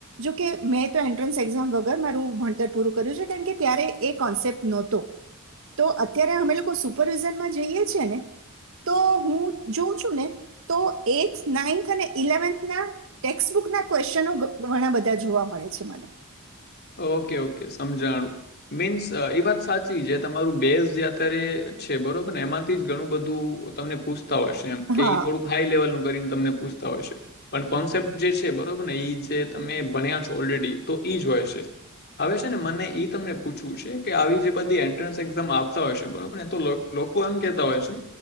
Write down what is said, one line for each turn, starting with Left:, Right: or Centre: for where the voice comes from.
Right: જોકે મેં તો એન્ટ્રન્સ એક્ઝામ વગર મારું ભણતર પૂરું કર્યું છે. કારણ કે, ત્યારે એ કોન્સેપ્ટ નહોતો તો અત્યારે, અમે લોકો સુપરવિઝનમાં જઈએ છીએ, ને તો હું જોઉં છું. ને તો એથ નાઈન્થ અને ઇલેવન્થ ટેક્સ્ટબુક ના ક્વેશ્નો ઘણા બધા જોવા મળે છે. મને
Left: ઓકે ઓકે સમજાણું મીન્સ એ વાત સાચી છે. તમારું બેઝ જે અત્યારે છે. બરોબર ને એમાંથી જ ઘણું બધું તમને પૂછતા હોયશે. એમ કે
Right: હા
Left: થોડુંક હાઈ લેવલનું ત પૂછતા હોય પણ કોન્સેપ જે છે. બરોબર ને એ જે તમે ભણ્યા છો ઓલરેડી તો એ જ હોય છે. હવે છે. ને મને ઇ તમને પૂછવું છે, કે આવી જે બધી એન્ટ્રન્સ એક્ઝામ આપતા હોય છે. બરોબર ને તો લોકો એમ કેહેતા હોય છે.